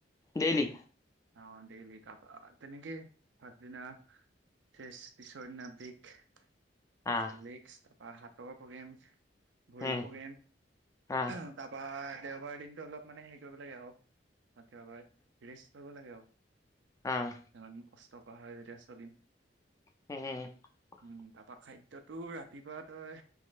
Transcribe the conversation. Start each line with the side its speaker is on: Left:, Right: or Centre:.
Left: ডেইলি
Right: অ দেইলি তাৰপা তেনেকে আকদিনা ফেচ পিছৰ দিনা বেগ আচতা
Left: আহ
Right: লেগচ্ তা পা হাতৰ প্ৰগ্ৰেমচ্ ভৰি
Left: উম
Right: প্ৰগ্ৰেম
Left: আহ
Right: আ হা তাৰপা দেওবাৰৰ দিনতটো অলপ মানে হেৰি কৰিব লাগে আও কিবা কয় ৰেষ্ট লব লাগে আও <inaudible>
Left: আহ
Right: ইমান কষ্ট তা পা হৈ যেতিয়া চলিম
Left: উম
Right: উম তাৰাপা খাদ্যতো ৰাতি ৰাতিপুৱা তই